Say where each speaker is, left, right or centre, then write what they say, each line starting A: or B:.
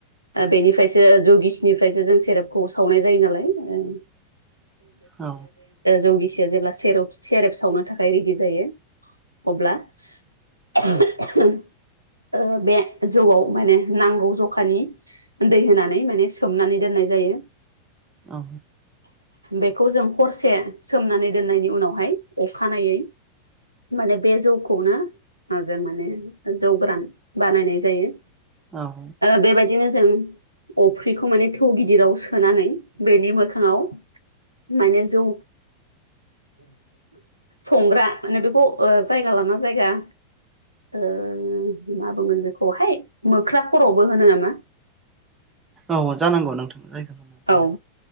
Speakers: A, on the right (about 85°); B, on the right (about 15°).
A: बेनिफ्राय ओ गिसिनिफ्रायसो जों सेरेपखौ सावनाय जायो नालाय ओ
B: औ
A: जौगिसिया जेब्ला सेर-सेरेब सावनो थाखाय रेडि जायो अब्ला <unintelligible> ओ बे जौआव माने नांगौ जखानि दै होनानै सोमनानै दोननाय जायो
B: औ
A: बेखौ जों हरसे सोमनानै दोननायनि उनावहाय अखानायै माने बे जौखौनो ओ जों माने जौ गोरान बानायनाय जायो
B: औ
A: बेबायदिनो जों अफ्रिखौ माने थौ गिदिराव सोनानै बेनि मोखाङाव माने जौ संग्रा माने बेखौ जायगा लाना जायगा ओ मा बुंगोन बेखौहाय मोख्रा खर'बो होनो नामा
B: औ जानांगौ नोंथां
A: औ
B: <inaudible>